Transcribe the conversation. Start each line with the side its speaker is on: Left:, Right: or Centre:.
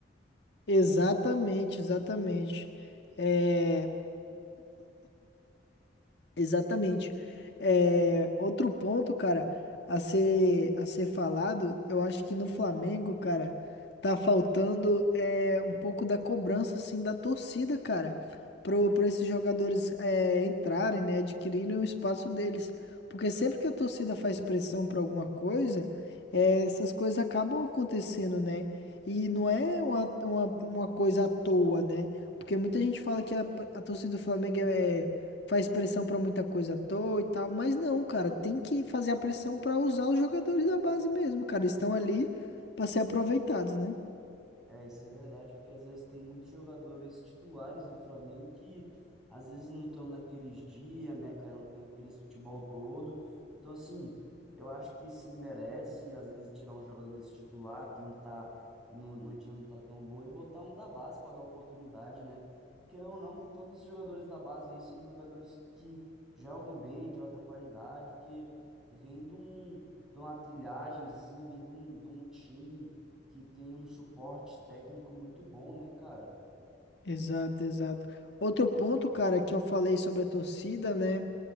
Left: Exatamente, exatamente. É, Exatamente. É, outro ponto, cara, a ser, a ser falado, eu acho que no Flamengo, cara, tá faltando é, um pouco da cobrança, assim, da torcida, cara, pro, pra esses jogadores é, entrarem, né, adquirirem o espaço deles. Porque sempre que a torcida faz pressão pra alguma coisa, é, essas coisas acabam acontecendo, né? E não é uma, uma, uma coisa à toa, né? Porque muita gente fala que a, a torcida do Flamengo é faz pressão pra muita coisa à toa e tal, mas não, cara, tem que fazer a pressão pra usar os jogadores da base mesmo, cara, eles estão ali pra ser aproveitados, né?
Centre: É, isso é verdade, porque às vezes tem muitos jogadores titulares do Flamengo que às vezes não estão naqueles dias, né, cara? Não estão naquele futebol todo. Então, assim, eu acho que sim merece, às vezes, tirar um jogador desse titular que não tá no, no dia não tá tão bom e botar um da base para dar oportunidade, né? E querendo ou não, todos os jogadores da base aí são jogadores que jogam bem, de alta qualidade, que vêm de um, de uma trilhagem, assim, vêm de um, de um time que tem um suporte técnico muito bom, né, cara?
Left: Exato, exato. Outro ponto, cara, que eu falei sobre a torcida, né?